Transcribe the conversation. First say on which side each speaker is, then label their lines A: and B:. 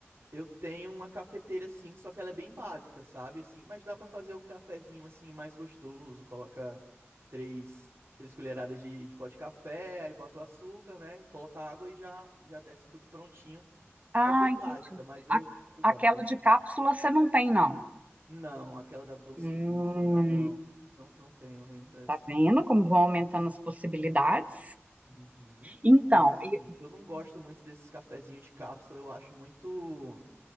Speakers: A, on the right (about 65°); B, on the right (about 30°).
A: Eu tenho uma cafeteira sim, só que ela é bem básica, sabe? Assim, mas dá pra fazer um cafezinho assim mais gostoso. Coloca três, três colheradas de, de pó de café, aí bota o açúcar, né? Coloca água e já já desce tudo prontinho.
B: Ah,
A: É bem
B: entendi.
A: básica, mas eu,
B: A-
A: eu
B: aquela
A: gosto bastante.
B: de cápsula você não tem, não.
A: Não, aquela da Doce
B: Hum,
A: Gusto, né? Não, não, não tenho nenhum dessas.
B: tá vendo como vão aumentando as possibilidades?
A: Uhum.
B: Então,
A: Mas assim,
B: e-
A: eu não gosto muito desses cafezinhos de cápsula, eu acho muito.